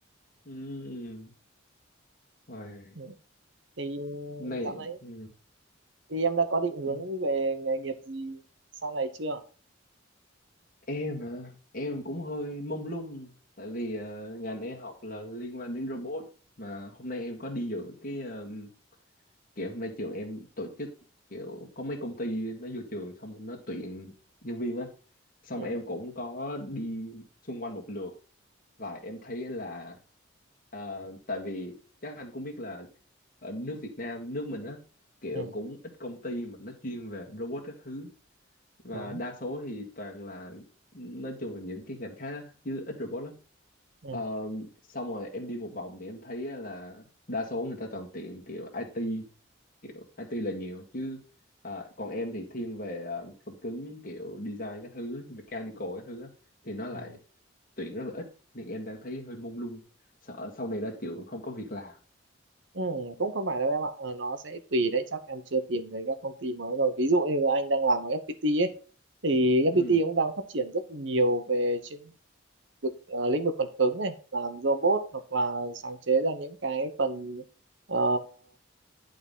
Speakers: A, on the left (about 45°); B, on the right (about 65°).
A: ừm. Ôi,
B: Ừ. thì
A: hôm nay
B: dạo này
A: ừm,
B: thì em đã có định hướng
A: ừm.
B: về nghề nghiệp gì sau này chưa
A: em à, em cũng hơi mông lung tại vì ờ, ngành em học là liên quan đến robot mà hôm nay em có đi dự cái ờ, kiểu hôm nay trường em tổ chức kiểu có mấy công ty nó vô trường xong nó tuyển nhân viên á xong
B: ừ.
A: em cũng có đi xung quanh một lượt và em thấy là ờ, tại vì chắc anh cũng biết là ở nước Việt Nam nước mình á kiểu
B: Ừ.
A: cũng ít công ty mà nó chuyên về robot các thứ và
B: đó
A: đa số thì toàn là nói chung là những cái ngành khác á, chứ ít robot lắm
B: ừ,
A: Ờ, xong rồi em đi một vòng thì em thấy á là đa số người ta toàn tiện kiểu IT kiểu IT là nhiều chứ à, còn em thì thiên về ờ, phần cứng kiểu design các thứ mechanical các thứ á, thì nó lại
B: ừ.
A: tuyển rất là ít nên em đang thấy hơi mông lung sợ sau này ra trường không có việc làm
B: Ừ, cũng không phải đâu em ạ ờ, nó sẽ tùy đấy chắc em chưa tìm thấy các công ty mới rồi ví dụ như anh đang làm ở FPT ấy thì FPT
A: ừ
B: cũng đang phát triển rất nhiều về trên vực ờ, lĩnh vực phần cứng này làm robot hoặc là sáng chế ra những cái phần ờ,